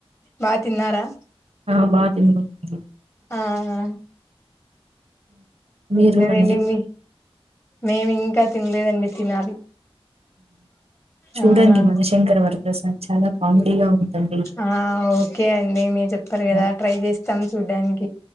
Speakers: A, on the left; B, on the right.
A: బా తిన్నారా
B: ఆ బాగా తిన్నాను
A: ఆహా
B: మీరు
A: నువ్వెళ్ళింది
B: అండి
A: మేం ఇంకా తిన్లేదండి తినాలి
B: చూడండి
A: ఆ
B: మన శంకర వర ప్రసాద్ చాలా కామెడీగా ఉందండి
A: ఆ ఓకే అండి మీర్ చెప్పారు కదా
B: ఆ!
A: ట్రై చేస్తాం చూడ్డానికి